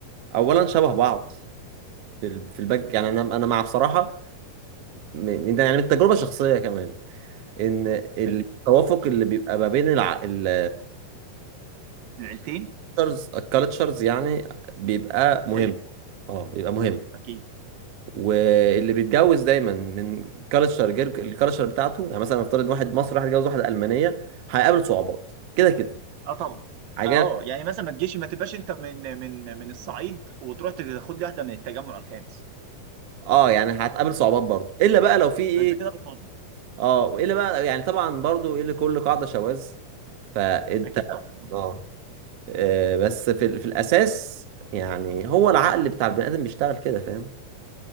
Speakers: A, on the right (about 55°); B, on the right (about 75°).
A: اولا شبه بعض في ال- في الباك يعني انا انا مع بصراحة م- يعني من تجربة شخصية كمان ان التوافق
B: حلو
A: اللي بيبقى ما بين الع... ال
B: العيلتين
A: الكالتشرز الكالتشرز يعني بيبقى مهم
B: حلو
A: اه بيبقى مهم
B: اكيد
A: واللي بيتجوز دايما من كالتشر غير الكالتشر بتاعته يعني مثلا نفترض واحد مصري هيتجوز واحده المانيه هيقابل صعوبات كده كده
B: اه طبعا
A: حاجه
B: اه يعني مثلا ما تجيش ما تبقاش انت من من من الصعيد وتروح تاخد لي واحده من التجمع الخامس
A: اه يعني هتقابل صعوبات برضو الا بقى لو في ايه
B: ما انت كده بتهزر
A: اه الا بقى يعني طبعا برضو ايه لكل قاعده شواذ فانت
B: اكيد طبعا
A: اه آه، بس في ال- في الاساس يعني هو العقل بتاع البني ادم بيشتغل كده فاهم